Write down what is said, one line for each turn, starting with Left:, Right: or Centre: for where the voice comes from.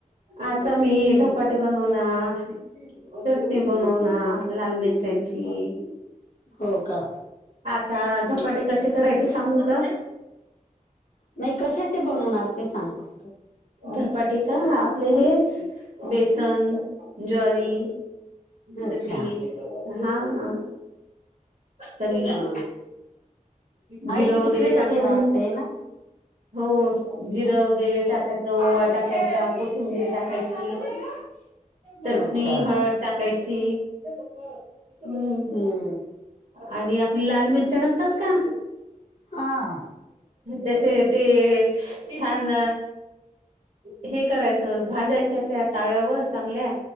Right: आता मी धपाटी बनवणार. चटणी बनवणार लाल मिरच्यांची.
Left: हो का?
Right: आता धपाटे कसे करायचे सांगू का?
Left: नाही कशाचे बनवणार ते सांग फक्त.
Right: धपाटी का आपले हेच बेसन, ज्वारी
Left: अच्छा
Right: चं पीठ हां हां कनी
Left: हा
Right: जिरं
Left: आयुष चिखलीला
Right: वगैरे टाकून
Left: गेला वाटतंय ना
Right: हो जिरं वगैरे टाकायचं ओवा
Left: पाणी
Right: टाकायचा
Left: खेळ, पीठ
Right: कोथिंबीर
Left: खेळ
Right: टाकायची.
Left: काय चालू आहे ग?
Right: चटणी
Left: अच्छा
Right: हळद टाकायची. हम्म
Left: हम्म
Right: आणि आपली लाल मिरच्या नसतात का?
Left: हां
Right: तसे ते छान. हे करायचं भाजायच्या त्या ताव्यावर चांगल्या.